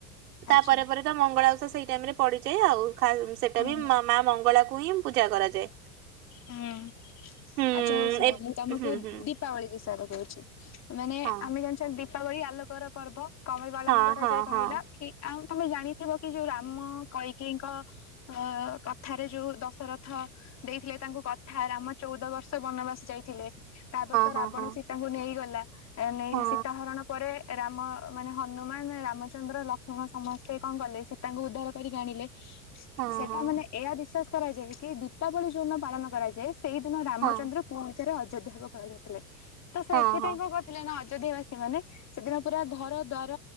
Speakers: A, on the right (about 75°); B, on the left (about 35°).
A: ତାପରେ
B: ଆଚ୍ଛା।
A: ପରେ ତ ମଙ୍ଗଳାଉଷା ସେଇ ଟାଇମ ରେ ପଡିଯାଏ ଆଉ ଖା ସେ ସେଟା
B: ହୁଁ
A: ବି ମା ମା ମଙ୍ଗଳାକୁ ହିଁ ପୂଜା କରାଯାଏ
B: ହୁଁ।
A: ହୁଁ
B: ଆଚ୍ଛା ହଉ ଶୁଣ
A: ଏ
B: ମୁଁ ତମକୁ
A: ହୁଁ ହୁଁ
B: ଦୀପାବଳି ବିଷୟରେ କହୁଛି ମାନେ
A: ହଁ।
B: ଆମେ ଦୀପାବଳି ଆଲୋକର ପର୍ବ କଣ ପାଇ ପାଳନ
A: ହଁ
B: କରାଯାଏ
A: ହଁ
B: କହିଲ
A: ହଁ
B: କି ଆଉ ତମେ ଜାଣିଥିବ କି ଯୋଉ ରାମ କୈକେଇଙ୍କ ଅ କଥାରେ ଯୋଉ ଦଶରଥ ଦେଇଥିଲେ ତାଙ୍କୁ କଥା ରାମ ଚଉଦ ବର୍ଷ ବନବାସ ଯାଇଥିଲେ ତାପରେ ତ
A: ହଁ
B: ରାବଣ
A: ହଁ
B: ସୀତାଙ୍କୁ ନେଇଗଲା ନେଇ
A: ହଁ
B: ସୀତା ହରଣ ପରେ ରାମ ମାନେ ହନୁମାନ ରାମଚନ୍ଦ୍ର ଲକ୍ଷ୍ମଣ ସମସ୍ତେ କଣ କଲେ ସୀତାଙ୍କୁ ଉଦ୍ଧାର କରିକି ଆଣିଲେ।
A: ହଁ
B: ସେଟା
A: ହଁ
B: ମାନେ ଏହା ବିଶ୍ୱାସ କରାଯାଏ କି ଦୀପାବଳି ଯୋଉଦିନ ପାଳନ କରାଯାଏ ସେଇଦିନ
A: ହଁ
B: ଚନ୍ଦ୍ର ପୁଣି ଥରେ ଅଯୋଧ୍ୟାକୁ କରିଥିଲେ ତ ସେଥିପାଇଁ
A: ହଁ ହଁ ହଁ
B: କଣ କରଥିଲେ ନା ଅଯୋଧ୍ୟା ବାସୀ ମାନେ ସେଦିନ ପୁରା ଘର ଦ୍ୱାର